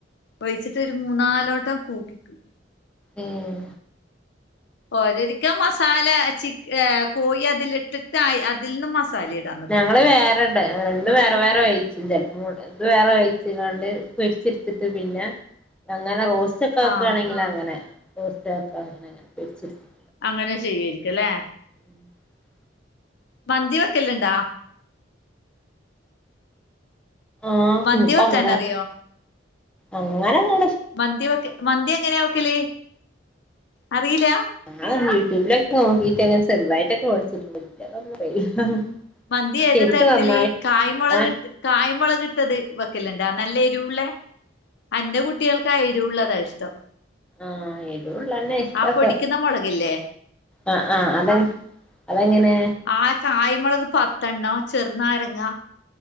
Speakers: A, on the left; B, in the centre.
A: ഒഴിച്ചിട്ട് ഒരു മൂന്നാല് വട്ടം കൂക്കിക്കൂം
B: ഉം
A: ഓരൊരിക്കും മസാല ചി അഹ് കോഴി അതിലിട്ടിട്ട് അതിൽ നിന്നും മസാല ഇടാം
B: ഞങ്ങള് വേറെ ഇടെ രണ്ടും വേറെ വേറെ വേവിച ൻറെ മോൾ വേറെ വേവിച്ച് കാണ്ട് പൊരിച്ചെടുത്തിട്ട് പിന്നെ അങ്ങനെ റോസ്റ്റ് ഉച്ചക്കൊക്കെ
A: ആഹ്
B: ആണെങ്കിൽ അങ്ങനെയാ റോസ്റ്റാക്കാ പൊരിച്ചെടുത്തിട്ട്
A: അങ്ങനെ ചെയ്യയിരിക്കും അല്ലേ
B: <inaudible>
A: മന്തി വെക്കെല്ലുണ്ടാ
B: ആഹ്
A: മന്തി
B: ഇന്നപ്പ
A: വെക്കാനറിയോ
B: അങ്ങനെവക്കു അങ്ങനെങ്ങ
A: മന്തി വെക്ക് മന്തി എങ്ങനെയാ വെക്കല് അറിയില്ല
B: ഞാൻ യൂട്യൂബിലൊക്കെ നോക്കിട്ട് അങ്ങനെ ചെറുതായിട്ടൊക്കെ ഓടിച്ചിട്ടു വെക്കും അറിയില്ല
A: മന്തി ഏത്
B: ശരിക്കും
A: തരത്തില്
B: നന്നായി
A: കായ്മുളകിട്ട്
B: ഏഹ്
A: കായ്മുളകിട്ടത് വെക്കലുണ്ടോ നല്ല എരിവുള്ളേ അന്റെ കുട്ടികൾക്കാ എരിവുള്ളതാ ഇഷ്ടം
B: ആഹ് എരിവുള്ളയെന്നെ ഇഷ്ടം
A: ആ
B: ഒക്കെ
A: പൊടിക്കുന്ന മുളകില്ലേ
B: ആഹ് ആഹ് അതെ അതെ എങ്ങനെ
A: ആഹ് കായ്മുളക് പത്തെണ്ണം ചെറുനാരങ്ങ